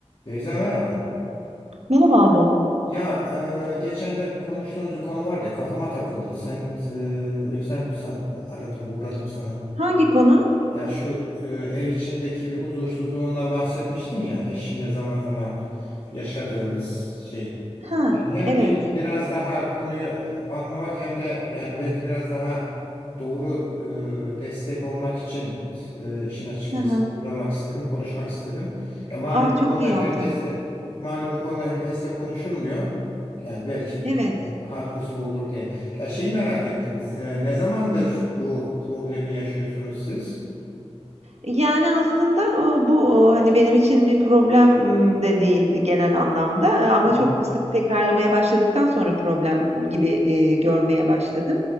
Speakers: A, on the left; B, on the right.
A: Beyza merhaba.
B: Merhaba Adem.
A: Ya e, geçen de konuştuğumuz bir konu vardı ya kafama takıldı. Sen e, o yüzden sen, e, aradım, uğradım sana.
B: Hangi konu?
A: Ya şu e, ev içindeki bir huzursuzluğundan bahsetmiştin ya eşinle zaman zaman yaşadığınız şey.
B: Ha,
A: Yani hem
B: evet.
A: bir biraz daha konuyu e, anlamak hem de yani belki biraz daha doğru e, destek olmak için e, işin açıkçası
B: Hı hı.
A: uğramak istedim, konuşmak istedim. Ya malum
B: Aa,
A: bu
B: çok
A: konular
B: iyi yaptın.
A: herkesle malum bu konular herkesle konuşulmuyor. Yani belki e,
B: Evet.
A: katkısı olur diye. Ya şeyi merak ettim. E, ne zamandır bu problemi yaşıyorsunuz siz?
B: Yani aslında e, bu e, hani benim için bir problem m, de değildi genel anlamda E, ama
A: Hı
B: çok
A: hı.
B: sık tekrarlamaya başladıktan sonra problem gibi e, görmeye başladım.